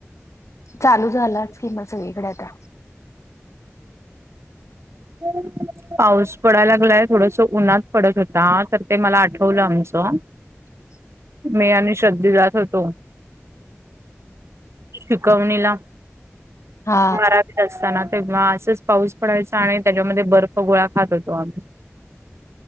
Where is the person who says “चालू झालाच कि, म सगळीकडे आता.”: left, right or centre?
Left